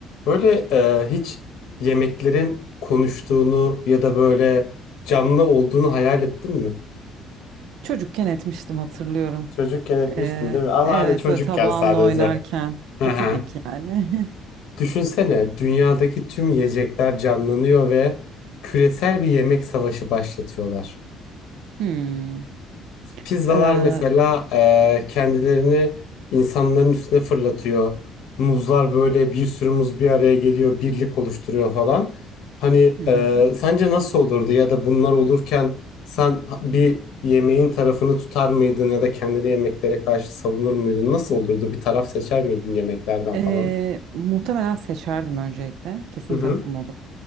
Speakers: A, on the left (about 60°); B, on the right (about 65°).
A: Böyle e, hiç yemeklerin konuştuğunu ya da böyle canlı olduğunu hayal ettin mi?
B: Çocukken etmiştim hatırlıyorum.
A: Çocukken etmiştin
B: Ee,
A: değil mi? Ama
B: evet
A: hani çocukken
B: böyle tabağınla
A: sadece.
B: oynarken.
A: Hı
B: E
A: hı.
B: tabii ki yani. <laughs>
A: Düşünsene dünyadaki tüm yiyecekler canlanıyor ve küresel bir yemek savaşı başlatıyorlar.
B: Hmm.
A: Pizzalar
B: Ee,
A: mesela e, kendilerini insanların üstüne fırlatıyor. Muzlar böyle bir sürü muz bir araya geliyor, birlik oluşturuyor falan. Hani
B: hı hı.
A: e, sence nasıl olurdu ya da bunlar olurken sen ha- bir yemeğin tarafını tutar mıydın ya da kendini yemeklere karşı savunur muydun? Nasıl olurdu? Bir taraf seçer miydin yemeklerden
B: Ee,
A: falan?
B: muhtemelen seçerdim öncelikle. Kesin
A: Hı hı,
B: tarafım olur.